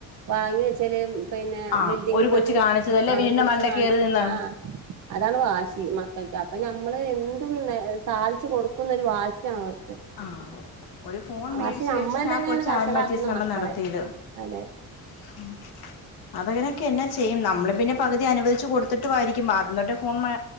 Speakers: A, on the right; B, on the left.
A: വാങ്ങി വെച്ചല് പിന്നെ
B: ആ
A: ബിൽഡിങ്ങ്മ്മന്ന്
B: ഒരു കൊച്ച് കാണിച്ചതല്ലേ
A: ആര്
B: വീടിന്റെ
A: കൊച്ച
B: മണ്ടേ
A: കാണിച്ച
B: കയറി
A: ആഹ്
B: <inaudible>
A: അതാണ് വാശി മക്കൾക്ക് അപ്പൊ നമ്മള് എന്തും സാധിച്ച് കൊടുക്കുന്നൊരു വാശിയാണ് അവർക്ക്
B: ആഹ് ഒരു ഫോൺ മേടിച്ച
A: പക്ഷെ നമ്മൾ
B: വെച്ചതിനാ
A: തന്നെയാണ്
B: ആ കൊച്
A: വഷളാക്കുന്ന
B: ആത്മഹത്യാ ശ്രമം
A: മക്കളെ
B: നടത്തിയത്
A: അതെ
B: <inaudible> അതങ്ങനെയൊക്കെ എന്നാ ചെയ്യും നമ്മള് പിന്നെ പകുതി അനുവദിച്ചു കൊടുത്തിട്ടുമായിരിക്കും ആദ്യം തൊട്ട് ഫോൺ